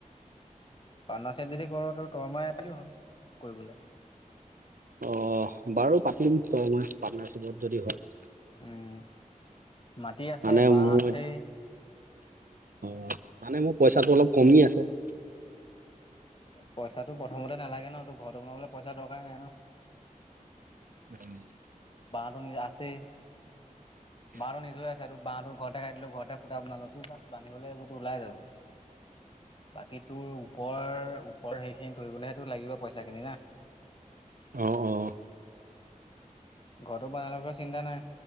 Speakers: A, on the left; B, on the right.
A: পাৰ্টনাৰশ্বিপ যদি কৰ <unintelligible> হয় কৰিবলৈ।
B: অ', বাৰু পাতিম তই মই পাৰ্টনাৰশ্বিপত যদি হয়।
A: উম, মাটি আছে
B: মানে
A: বাঁহ
B: মোৰ
A: আছে।
B: অ', মানে মোৰ পইচাটো অলপ কমি আছে।
A: পইচাটো প্ৰথমতে নালাগে ন তোৰ ঘৰতো বনাবলে পইচা দৰকাৰ নাই ন।
B: উম।
A: বাঁহ টো নিজৰ আছেই।
B: <inaudible>
A: বাহটো নিজৰে আছে তোৰ বাহটো ঘৰতে কাটি দিলো ঘৰতে খুটা বনালো টোৰ জাষ্ট বান্ধিবলৈ এইবোৰত ওলাই যাব। বাকী তোৰ ওপৰ ওপৰ সেইখিনি তৰিবলৈহে লাগিব পইচা খিনি না।
B: আহ অ'।
A: ঘৰটো বনাই লোৱা পিছত চিন্তা নাই।